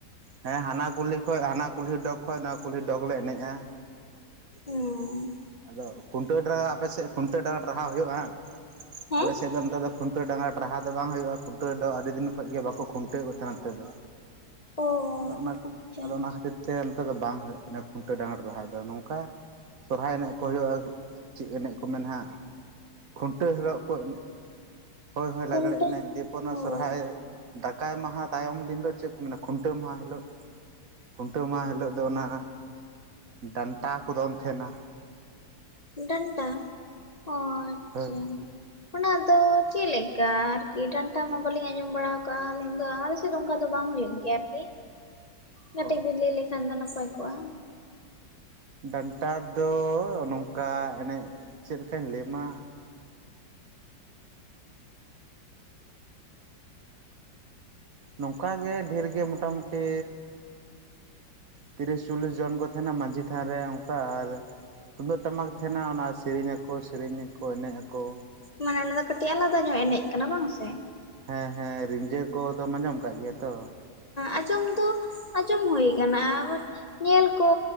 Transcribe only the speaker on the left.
ᱚ
ᱦᱮᱸ
ᱚ
ᱟᱪᱪᱷᱟ
ᱠᱷᱩᱱᱴᱟᱹᱣ
ᱦᱳᱭ
ᱰᱟᱱᱰᱟ ᱚ ᱟᱪᱪᱷᱟ᱾
ᱚᱱᱟ ᱫᱚ ᱪᱮᱫᱠᱟ ᱟᱨᱠᱤ ᱰᱟᱱᱴᱟ ᱢᱟ ᱵᱟᱟᱹᱞᱤᱧ ᱟᱸᱡᱚᱢ ᱵᱟᱲᱟ ᱠᱟᱜᱼᱟ ᱟᱹᱞᱤᱧ ᱫᱚ ᱟᱨ ᱫᱚ ᱚᱱᱠᱟ ᱫᱚ ᱵᱟᱝ ᱦᱩᱭᱩᱜ ᱜᱮᱭᱟ ᱟᱨᱠᱤ ᱠᱟᱹᱴᱤᱡ
ᱵᱮᱤᱱ ᱞᱟᱹᱭ ᱞᱮᱠᱷᱟᱱ ᱫᱚ ᱱᱟᱯᱟᱭ ᱠᱚᱜᱼᱟ᱾
ᱢᱟᱱᱮ ᱚᱱᱟ ᱫᱚ ᱠᱟᱹᱴᱤᱡ ᱟᱞᱟᱫᱟ ᱧᱚᱜ ᱮᱱᱮᱡ ᱠᱟᱱᱟ ᱵᱟᱝ ᱥᱮ?
ᱟᱸᱡᱚᱢ ᱫᱚ ᱟᱸᱡᱚᱢ ᱦᱩᱭ ᱟᱠᱟᱱᱟ, ᱵᱟᱴ ᱧᱮᱞ ᱠᱚ